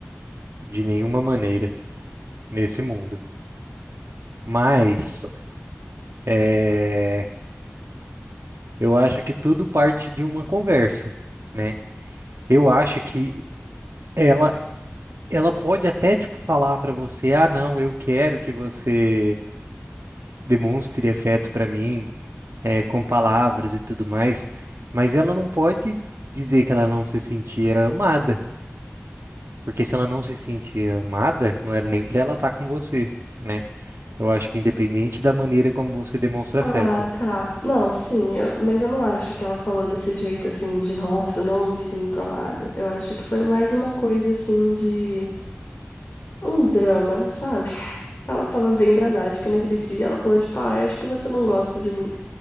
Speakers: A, on the right; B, on the left.
A: De nenhuma maneira nesse mundo. Mas é, eu acho que tudo parte de uma conversa, né? Eu acho que Ela, ela pode até tipo falar pra você, ah, não, eu quero que você demonstre afeto pra mim, é, com palavras e tudo mais, mas ela não pode dizer que ela não se sentia amada, porque se ela não se sentia amada, não era nem pra ela estar com você, né? Eu acho que independente da maneira como você demonstra
B: Ah,
A: afeto.
B: tá. Não, sim, eu- mas eu não acho que ela falou desse jeito assim de nossa, não me sinto amada. Eu acho que foi mais uma coisa assim de um drama, sabe? <laughs> Ela tava bem dramática naquele dia, ela falou tipo, ah, eu acho que você não gosta de mim.